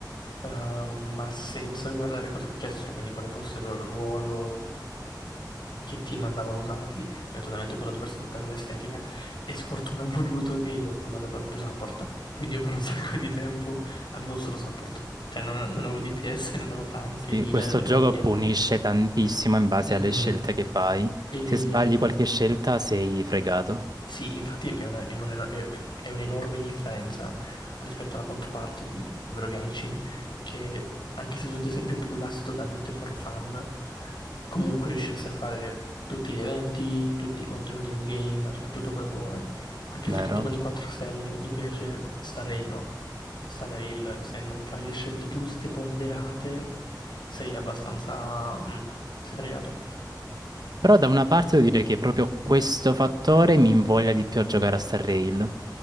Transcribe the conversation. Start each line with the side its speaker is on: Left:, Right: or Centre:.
Left: ehm, ma senza guardare cosa facessero, quindi quale fosse il loro ruolo, in che team andavano usati. Ho totalmente pullato per, per l'estetica e sfortuna ha voluto che io ho pullato per lo più support. Quindi io per un <laughs> sacco di tempo avevo solo support. Cioè, non, non avevo DPS, non avevo tank,
Right: Sì,
Left: healer,
Right: questo
Left: non
Right: gioco
Left: avevo niente.
Right: punisce tantissimo in base
Left: Mm-mm.
Right: alle scelte che fai.
Left: E...
Right: Se sbagli qualche scelta sei fregato,
Left: Sì, infatti è una- è un eno- è- cioè, è un'enorme differenza rispetto alla controparte di, ovvero Genshin, che anche se tu ad esempio pullassi totalmente for fun, comunque riuscissi a fare tutti gli eventi, tutti i contenuti in game, cioè tutto quello che vuoi. Anche
Right: vero?
Left: soltanto con i 4 stelle, invece Starrail no. Starrail, se non fai le scelte giuste, ponderate, sei abbastanza... mm, sei fregato.
Right: Però da una parte devo dire che proprio questo fattore mi invoglia di più a giocare a Star Rail.